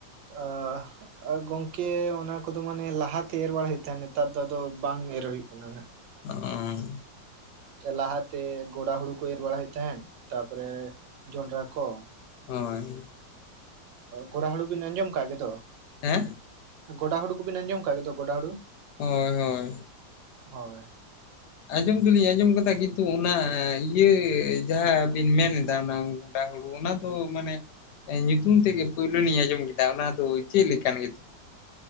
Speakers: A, on the right; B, on the left.
A: ᱟᱦ, ᱟᱹ ᱜᱚᱝᱠᱮ ᱚᱱᱟ ᱠᱚᱫᱚ ᱢᱟᱱᱮ ᱞᱟᱦᱟᱛᱮ ᱮᱨ ᱵᱟᱲᱟ ᱦᱩᱭᱩᱜ ᱛᱟᱦᱮᱸᱫ ᱱᱮᱛᱟᱨ ᱫᱚ ᱟᱫᱚ ᱵᱟᱝ ᱮᱨ ᱦᱩᱭᱩᱜ ᱠᱟᱱᱟ ᱦᱟᱸᱜ᱾‌
B: ᱚᱸᱻ᱾
A: ᱞᱟᱦᱟᱛᱮ ᱜᱚᱰᱟ ᱦᱩᱲᱩ ᱠᱚ ᱮᱨ ᱵᱟᱲᱟ ᱦᱩᱭᱩᱜ ᱛᱟᱦᱮᱸᱱ, ᱛᱟᱯᱚᱨᱮ ᱡᱚᱸᱰᱨᱟ ᱠᱚ᱾
B: ᱦᱚᱭ᱾
A: ᱜᱚᱲᱟ ᱦᱩᱲᱩ ᱵᱤᱱ ᱟᱸᱡᱚᱢ ᱠᱟᱜ ᱜᱮ ᱛᱚ?
B: ᱦᱮᱸ
A: ᱜᱚᱰᱟ ᱦᱩᱲᱩ ᱠᱚᱵᱤᱱ ᱟᱸᱡᱚᱢ ᱠᱟᱜ ᱜᱮᱛᱚ ᱜᱚᱰᱟ ᱦᱩᱲᱩ?
B: ᱦᱳᱭ ᱦᱳᱭ
A: ᱦᱳᱭ᱾
B: ᱟᱸᱡᱚᱢ ᱫᱚᱞᱤᱧ ᱟᱸᱡᱚᱢ ᱠᱟᱫᱟ ᱠᱤᱱᱛᱩ ᱚᱱᱟ ᱤᱭᱟᱹ ᱡᱟᱦᱟᱸ ᱵᱤᱱ ᱢᱮᱱ ᱮᱫᱟ ᱚᱱᱟ ᱰᱟ ᱦᱩᱲᱩ ᱚᱱᱟ ᱫᱚ ᱢᱟᱱᱮ, ᱮᱸ ᱧᱩᱛᱩᱢ ᱛᱮᱜ ᱜᱮ ᱯᱳᱭᱞᱳ ᱞᱤᱧ ᱟᱸᱡᱚᱢ ᱠᱮᱫᱟ ᱚᱱᱟ ᱫᱚ ᱪᱮᱫ ᱞᱮᱠᱟᱱ ᱜᱮᱛᱮ?